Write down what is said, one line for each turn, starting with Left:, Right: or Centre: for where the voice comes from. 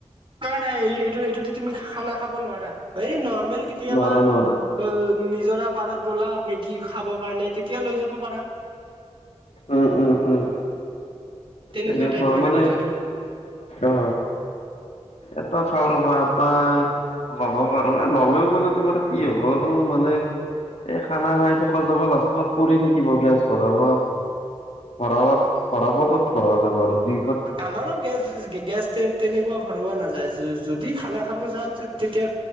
Right: নাই নাই এইটো এইটোতো তুমি খানা খাব নোৱাৰা এই নৰ্মেল কেতিয়াবা
Left: নোৱাৰা নোৱাৰা
Right: অ নিজৰা পাৰত গ'লা মেগী খাব কাৰণে তেতিয়া লৈ যাব পাৰা
Left: উ উ উম উম
Right: তেনেকুৱা
Left: এনেকোৱা
Right: টাইপ
Left: মানে
Right: কথাটো
Left: অ এপ এটা চাও ৰবা এপা ল'ব পাৰো ন ললেও মানে তোমাৰ কি হ'ব আৰু মানে এই খানা খাই থকা যাব লাষ্টত পৰি থাকিব গেছ ভৰাব ভৰাবাত ভৰাব কত ভৰোৱা যাব আৰু যি
Right: আমাৰো গেছ গেছ তেনেকোৱা ভৰুৱা নাযায় যদি খানা খাব যাওঁতে তেতিয়া